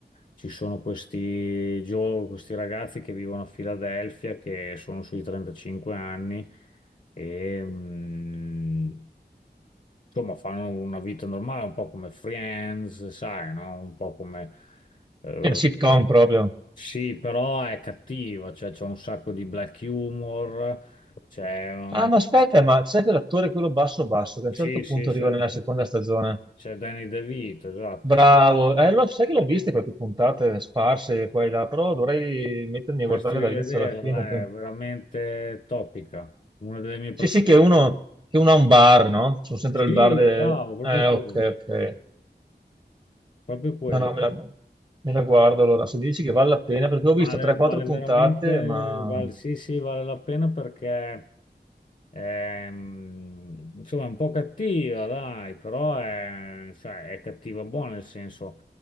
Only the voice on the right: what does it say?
una sitcom proprio.
Ah, ma aspetta, ma c'è quell'attore, quello basso basso, che
a un certo punto
arriva nella seconda stagione.
Bravo, eh, lo- sai che l'ho viste quelle puntate sparse qua e là, però dovrei mettermi
a guardarle
dall'inizio alla fine.
che-
Sì, sì, che uno, che uno ha un bar, no? Sono sempre
al bar de-
Eh,
ok, ok.
No, no, me la, me la guardo allora. Se dici che vale la pena, perché ho visto
3-4
puntate,
ma...